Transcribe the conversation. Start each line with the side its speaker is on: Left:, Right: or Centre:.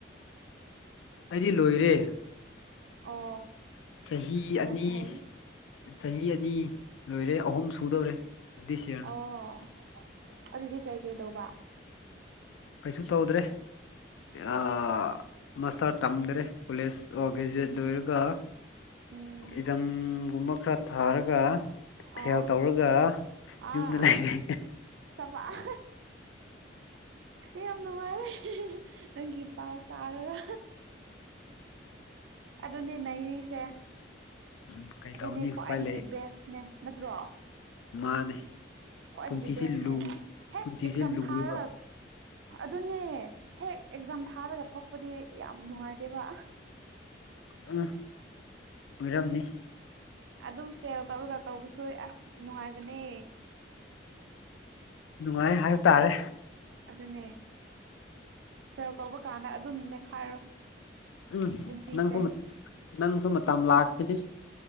Left: ꯑꯩꯗꯤ ꯂꯣꯏꯔꯦ
Right: ꯑꯣ
Left: ꯆꯍꯤ ꯑꯅꯤ
Right: ꯌꯥꯝ ꯐꯩ
Left: ꯆꯍꯤ ꯑꯅꯤ ꯂꯣꯏꯔꯦ ꯑꯍꯨꯝ ꯁꯨꯗꯧꯔꯦ ꯗꯤꯁ ꯌꯔꯅ
Right: ꯑꯣ ꯑꯗꯨꯗꯤ ꯀꯩꯀꯩ ꯇꯧꯕ
Left: ꯀꯩꯁꯨ ꯇꯧꯗ꯭ꯔꯦ ꯑꯥ ꯃꯁꯥ ꯇꯝꯗ꯭ꯔꯦ ꯀꯣꯂꯦꯖ ꯑꯣ ꯒ꯭ꯔꯦꯖꯨꯋꯦꯠ ꯂꯣꯏꯔꯒ
Right: ꯎꯝ
Left: ꯑꯦꯖꯝꯒꯨꯝꯕ ꯈꯔ ꯊꯥꯔꯒ
Right: ꯑꯣ
Left: ꯐꯦꯜ ꯇꯧꯔꯒ
Right: ꯑꯥ
Left: ꯌꯨꯝꯗ ꯂꯩꯔꯤ
Right: ꯊꯕꯛ ꯌꯥꯝ ꯅꯨꯡꯉꯥꯏꯔꯦ ꯅꯪꯒꯤ ꯄꯥꯎ ꯇꯥꯔꯒ ꯑꯗꯨꯅꯦ ꯅꯩꯔꯤꯁꯦ
Left: ꯎꯝ ꯀꯩ
Right: ꯑꯗꯨꯅꯦ
Left: ꯇꯧꯅꯤ
Right: ꯈ꯭ꯋꯥꯏꯗꯒꯤ
Left: ꯎꯄꯥꯏ ꯂꯩ
Right: ꯕꯦꯁꯅꯦ ꯅꯠꯇ꯭ꯔꯣ
Left: ꯃꯥꯅꯦ
Right: ꯈ꯭ꯋꯥꯏꯗꯒꯤ
Left: ꯄꯨꯟꯁꯤꯁꯦ
Right: ꯕꯦꯁꯅꯦ
Left: ꯂꯨ
Right: ꯍꯦꯛ
Left: ꯄꯨꯟꯁꯤꯁꯦ
Right: ꯑꯦꯛꯖꯥꯝ
Left: ꯂꯨꯑꯦꯕ
Right: ꯊꯥꯔꯒ ꯑꯗꯨꯅꯦ ꯍꯦꯛ ꯑꯦꯛꯖꯥꯝ ꯊꯥꯔꯒ ꯊꯣꯛꯄꯗꯤ ꯌꯥꯝ ꯅꯨꯡꯉꯥꯏꯇꯦꯕ ꯑ
Left: ꯎꯝ ꯑꯣꯏꯔꯝꯅꯤ
Right: ꯑꯗꯨꯝ ꯐꯦꯜ ꯇꯧꯔꯒ ꯇꯧꯕꯁꯨ ꯑꯁ ꯅꯨꯡꯉꯥꯏꯕꯅꯦ
Left: ꯅꯨꯡꯉꯥꯏ ꯍꯥꯏꯕ ꯇꯥꯔꯦ
Right: ꯑꯗꯨꯅꯦ ꯐꯦꯜ ꯇꯧꯕ ꯀꯥꯟꯗ ꯑꯗꯨꯝ ꯅꯦꯛꯈꯥꯏꯔꯣ
Left: ꯎꯝ
Right: ꯄꯨꯟꯁꯤꯁꯦ
Left: ꯅꯪꯁꯨ ꯅꯪꯁꯨ ꯃꯇꯝ ꯂꯥꯛꯈꯤꯅꯤ